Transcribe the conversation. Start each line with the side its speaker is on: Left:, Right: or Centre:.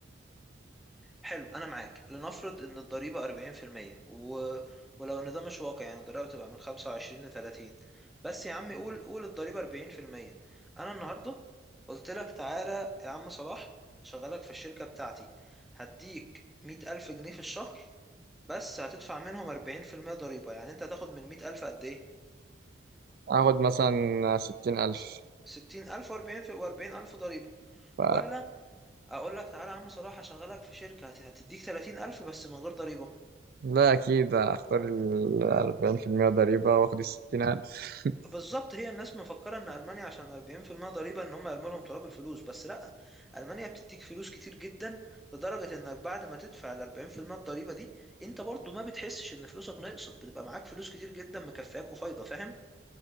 Centre: حلو انا معاك لنفرض ان الضريبه 40% و... ولو ان ده مش واقع يعني الضريبه بتبقى من 25 ل 30 بس يا عم قول قول الضريبه 40% انا النهارده قلت لك تعالى يا عم صلاح هشغلك في الشركه بتاعتي هديك 100000 جنيه في الشهر بس هتدفع منهم 40% ضريبه يعني انت هتاخد من 100000 قد ايه
Right: آخد مثلا 60000
Centre: س- 60000 و40 و40000 ضريبه
Right: ف
Centre: ولا اقول لك تعالى يا عم صلاح هشغلك في شركه هت- هتديك 30000 بس من غير ضريبه
Right: لا أكيد أختار ال 40% ضريبة وآخد ال 60000 <laughs>
Centre: بالظبط هي الناس مفكرة ان المانيا عشان 40% ضريبة ان هم يرموا لهم تراب الفلوس بس لا المانيا بتديك فلوس كتير جدا لدرجة انك بعد ما تدفع ال 40% الضريبة دي انت برضو ما بتحسش ان فلوسك نقصت بتبقى معاك فلوس كتير جدا مكفياك وفايضة فاهم